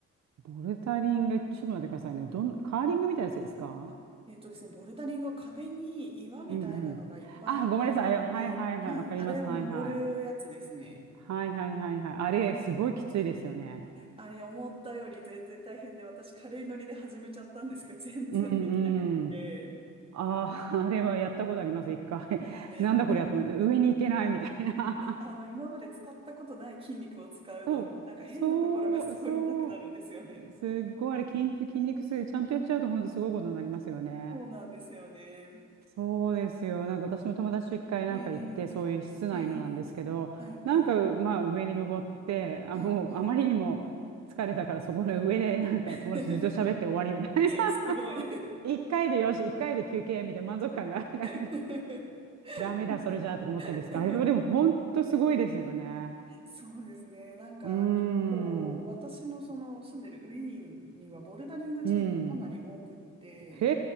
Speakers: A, on the right; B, on the right.
A: ボルダリング、ちょっと待ってくださいね。どん、カーリングみたいなやつですか
B: あえっとですね、ボルダリングは壁に岩みたいなのがいっぱい張り付いてて、
A: うんうん。あ、ごめんなさい。あれはいはいはい。
B: はい、
A: わかります。
B: あれを登るやつですね。
A: はいはい。はいはいはいはい。あれ、すごいきついですよね。
B: あれ思ったより全然大変で、私軽いノリで始めちゃったんですけど、<laughs> 全然できなくて。
A: うんうん。ああ、<laughs> あれはやったことあります、一回。<laughs>
B: <laughs>
A: なんだこれやと思って、上に行けないみたいな。
B: あの、今まで使ったことない筋肉を使うので、
A: <laughs> そう、
B: なんか変なところがすごい痛くなるんですよね。
A: そう、そう、すっごいあれ筋、筋肉痛、ちゃんとやっちゃうと本当すごいことになりますよね。
B: そうなんですよね。
A: そうですよ。なんか私も友達と一回なんか行って、
B: ええ
A: そういう室内のなんですけど、
B: ええはいはい、
A: なんかまあ上に登って、あ、
B: はいはい。
A: もうあまりにも疲れたからそこの上でなんか友達とずっと喋って終わりみたい
B: <laughs> すごい。
A: 一回でよし、一回で休憩みたいな満足感が <laughs>
B: <laughs>
A: ダメだ、それじゃあとか思ったんですが、
B: <laughs>
A: あれはでも本当すごいですよね。
B: そうですね。なんか結構私のその住んでるウィーンにはボルダリングジムがかなり多くって、
A: うーん。うん。へ